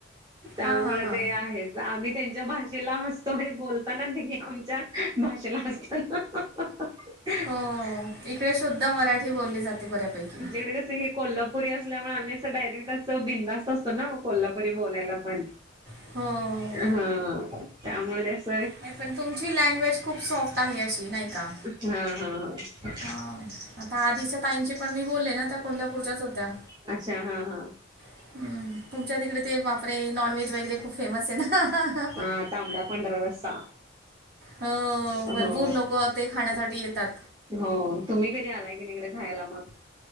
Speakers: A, on the right; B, on the right.
A: त्यामुळे
B: हां हां हां
A: ते आहेत ज आम्ही त्यांच्या भाषेला हसतो आणि बोलताना नेहमी आमच्या भाषेला हसतात. <inaudible>
B: हो इकडे शुद्ध मराठी बोलली जाते बऱ्यापैकी
A: तिकडे कस ही कोल्हापुरी असल्यामुळ आम्ही असं डायरेक्ट असं बिंदास्त असतो ना कोल्हापुरी बोलायला पण
B: हो.
A: हा त्यामुळे ते असं
B: नाय पण तुमची लँग्वेज खूप सॉफ्ट आहे अशी नाय का.
A: हा हा हा
B: हं आता आधीच्या ताईंची पण मी बोलले ना त्या कोल्हापूरच्याच होत्या.
A: अच्छा हा हा
B: हम्म, तुमच्या तिकडे ते बापरे! नॉनव्हेज वगैरे खूप फेमस ये ना
A: हा तांबडा पांढरा रस्सा
B: हो
A: हो
B: भरपूर लोकं ते खाण्यासाठी येतात.
A: हो तुम्ही कधी आलाय की नी इकडे खायला मग